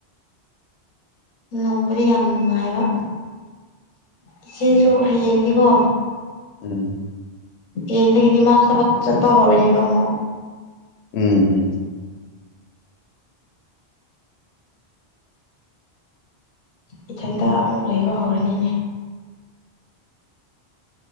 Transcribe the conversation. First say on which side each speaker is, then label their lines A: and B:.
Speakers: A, on the left; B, on the left.
A: ꯅꯣꯡꯕꯨꯗꯤ ꯌꯥꯝ ꯅꯨꯡꯉꯥꯏꯕ ꯏꯆꯦꯁꯨ
B: ꯎꯝ
A: ꯍꯌꯦꯡꯗꯤꯀꯣ
B: ꯎꯝ
A: ꯌꯦꯒꯗꯤ ꯃꯥ ꯁꯄ ꯆꯠꯄ ꯍꯧꯔꯦꯅꯤꯕꯃ
B: ꯎꯝ ꯎꯝ
A: ꯏꯊꯟꯇ ꯑꯃꯨꯛ ꯂꯩꯕ ꯍꯧꯔꯅꯤꯅꯦ